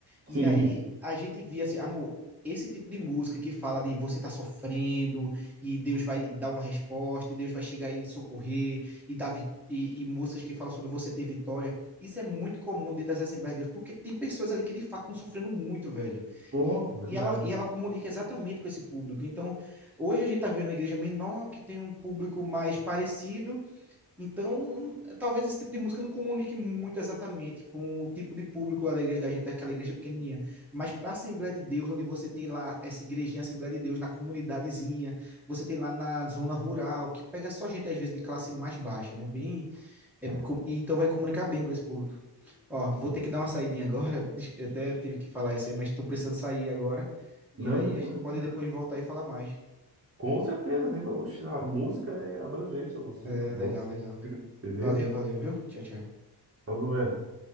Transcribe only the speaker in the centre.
E
aí a gente via assim, amor, esse tipo de música que fala de você tá sofrendo e Deus vai dar uma resposta e Deus vai chegar e lhe socorrer e dar vi- e, e músicas que falam sobre você ter vitória, isso é muito comum dentro das Assembleias de Deus, porque tem pessoas ali que de fato estão sofrendo muito, velho.
E,
e ela, e ela comunica exatamente com esse público. Então, hoje a gente está vendo uma igreja menor, que tem um público mais parecido. Então, talvez esse tipo de música não comunique muito exatamente com o tipo de público lá da igreja da gente, aquela igreja pequenininha. Mas para a Assembleia de Deus, onde você tem lá essa igrejinha, Assembleia de Deus, na comunidadezinha, você tem lá na zona rural, que pega só gente, às vezes, de classe mais baixa, né? Bem é
com- e então vai comunicar bem com esse público. Ó, vou
ter que dar uma saidinha agora. des- Até tive que falar isso aí, mas estou precisando sair agora.
E aí
a gente
pode depois voltar e falar mais.
É,
legal, legal.
Valeu, valeu, viu? Tchau, tchau.